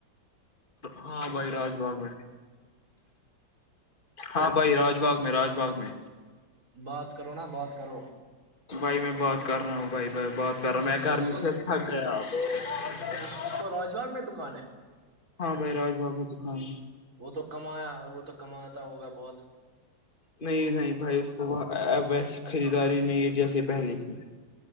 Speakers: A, on the left (about 25°); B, on the right (about 40°).
A: ہاں بھائی راج باغ میں ہاں بھائی راج باغ میں رج باغ میں
B: بات کرو نا بات کرو
A: بھائی میں بات کر رہا ہوں بھائی بائی بات کر رہا ہوں میں گرمی
B: اس کو
A: سے تھک گیا آپ
B: اس اس کو راج باغ میں دکان ہے
A: ہاں بھائی راج باغ میں دکان ہے
B: وہ تو کمایا وہ تو کماتا ہوگا بہت
A: نہیں نہیں بھائی اس کو اب ویسی خریداری نہیں ہے جیسے پہلے تھی